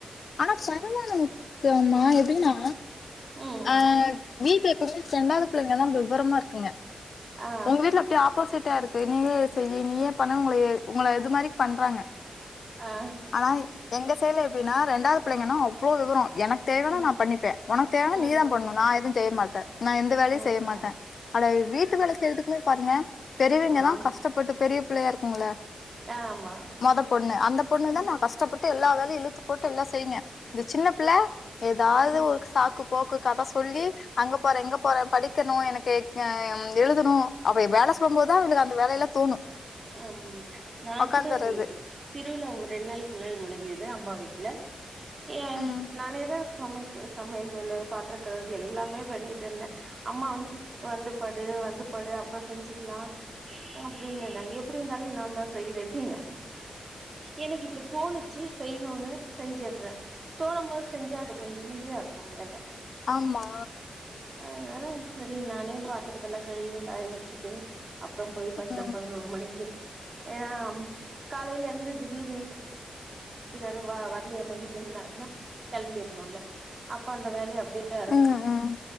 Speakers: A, on the left (about 70°); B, on the right (about 50°).
A: ஆனா சரமான முக்கமா எ அப்படினா
B: ம்
A: அஹ் மீ பே செண்டாவது பிள்ளைங்க தான் விவரமா இருக்குங்க
B: ஆ
A: உங்க வீட்டுல அப்படியே ஆப்போசிட்டா இருக்கு நீங்களே செய்ய நீ பண்ண உங்க உங்க இது மாதிரி பண்றாங்க
B: ஆ
A: ஆனா எங்க செய்ல எப்படின்னா ரெண்டாவது பிள்ளைங்கணா அவ்ளவு விவரம் எனக்கு தேவைைனா
B: ம்
A: நான் பண்ணிப்பன் உனக்கு தேவைவனா
B: ம்
A: நீ தான் பண்ணணும் நான் எதுவும் செய்ய மாட்டேன் த நான் எந்த வேலையும்
B: ம்
A: செய்ய மாட்டேன் அட வீட்டு வேலை செய்யறதுக்குமே பாருங்க
B: ம்
A: பெரியவங்கதான்
B: ம்
A: கஷ்டப்பட்டு பெரிய பிள்ளையா இருக்குங்கள
B: ஆமா
A: மொத பொண்ணு அந்த பொண்ணு
B: ம்
A: தான் நான் கஷ்டப்பட்டு டு எல்லாம் வேலையும் இ எல்லாம் செய்யுங்க இந்த சின்ன பிள்ள ஏதாவது
B: ம்
A: ஒரு சாக்கு போக்கு கதை சொல்லி அங்க போறேன் எங்க போறன் படிக்கணும் எனக்குஹ எழுதணும் அப்படி வேலை சொல்லும்போதுதான் அவங்களுக்கு அந்த வேலையெல்லாம் தோணும்
B: ஹம் நான்
A: உக்காந்துறது
B: கூட திருவள்ள ரெண்டு நாளைக்கு முன்னாடி முடிஞ்சது அம்மாாவீட்டு இலலை ஏ
A: உம்
B: நானேதான் சமைக்க சமையலலை பாத்தக்க எல்லாமே பண்ணிட்டு இருந்தேன் அம்மா வந்து வந்து படு வந்து படு அப்புறம் செஞ்சுிக்கலாம் அப்படின்னுங்க எப்படி இருந்தாலும் நான் தான் செய்ய வைப்பீங்க எனக்கு இப்ப தோணுச்சு செய்யணும்னு செஞ்ச தோ செஞ்சாது கொஞ்சம் ஈஸியா இருக்கும் வேலை
A: ஆமா
B: ஆஹ் சரி நானே பாத்துறதெல்லாம் கழ காய வச்சுட்டுும் அப்புறம் போய் படிடுத்தம்
A: உம்
B: பதினோரு மணி ஏன்னா காலையில எழுந்து திடீர்னு மீது தாரு வா வரலையா என்ன்னும் வீட்டு நின்னாருன்னா கிளம்பிடணும்ல்ல அப்ப அந்த வேலையை டர்
A: உம் உம்